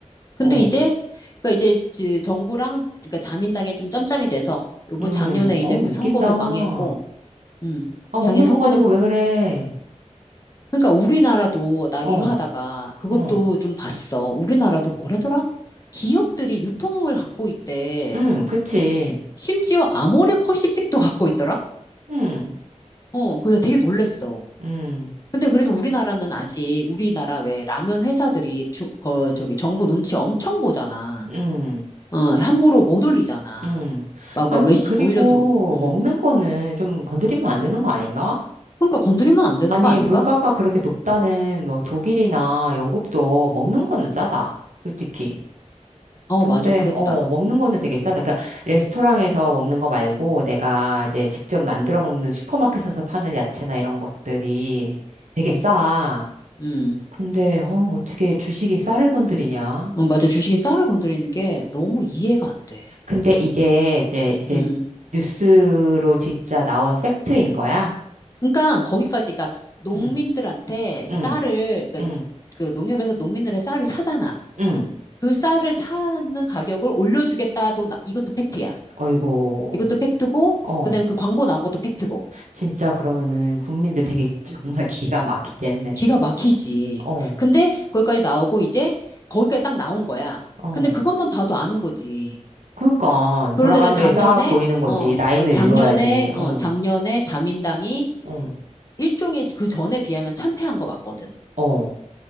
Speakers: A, on the left; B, on the right.
A: 근데
B: 어,
A: 이제, 그러니까 이제 그 정부랑, 그러니까 자민당에 좀 짬짬이 돼서, 요번
B: 음,
A: 작년에 이제
B: 어, 웃긴다.
A: 그 선거도
B: 어.
A: 망했고, 음
B: 아, 먹는
A: 작년 선거도,
B: 거 가지고 왜 그래.
A: 그러니까 우리나라도, 나
B: 어,
A: 이거 하다가 그것도
B: 어.
A: 좀 봤어. 우리나라도 뭐래더라? 기업들이 유통을 갖고 있대.
B: 음, 그치.
A: 시- 심지어 아모레 퍼시픽도 <laughs> 갖고 있더라?
B: 음.
A: 어, 그래서 되게 놀랬어.
B: 음,
A: 근데 그래도 우리나라는 아직 우리나라 왜 라면 회사들이 주, 거, 저기 정부 눈치 엄청 보잖아.
B: 음,
A: 어, 함부로 못 올리잖아.
B: 음.
A: 막,
B: 아니,
A: 막 몇시
B: 그리고
A: 올려도. 음.
B: 먹는 거는 좀 건드리면 안 되는 거 아닌가?
A: 그러니까 건드리면 안 되는
B: 아니,
A: 거 아닌가?
B: 물가가 그렇게 높다는 뭐 독일이나 영국도 먹는 거는 싸다. 솔직히.
A: 어,
B: 근데,
A: 맞아. 그랬다.
B: 어, 먹는 거는 되게 싸다. 그러니까 레스토랑에서 먹는 거 말고 내가 이제 직접 만들어 먹는 슈퍼마켓에서 파는 야채나 이런 것들이 되게 싸.
A: 음.
B: 근데, 어, 어떻게 주식이 쌀을 건드리냐?
A: 어, 맞아. 주식인 쌀을 건드리는 게 너무 이해가 안 돼.
B: 근데 이게 이제, 이제
A: 음.
B: 뉴스로 진짜 나온 팩트인 거야?
A: 그러니까 거기까지가 농민들한테
B: 응,
A: 쌀을,
B: 응,
A: 그러니까
B: 응,
A: 그 농협에서 농민들의 쌀을 사잖아.
B: 응.
A: 그 쌀을 사는 가격을 올려주겠다도 나- 이것도 팩트야.
B: 어이고,
A: 이것도 팩트고
B: 어.
A: 그다음에 그 광고 나온 것도 팩트고
B: 진짜 그러면은 국민들 되게 <laughs> 정말 기가 막히겠네.
A: 기가 막히지.
B: 어,
A: 근데 거기까지 나오고 이제 거기까지 딱 나온 거야.
B: 어.
A: 근데 그것만 봐도 아는 거지.
B: 그니까,
A: 그런데다
B: 돌아가는
A: 작년에
B: 게 싹 보이는 거지.
A: 어,
B: 라인을
A: 어, 작년에
B: 읽어야지.
A: 어
B: 어,
A: 작년에 자민당이
B: 어,
A: 일종의 그 전에 비하면 참패한 거 맞거든.
B: 어,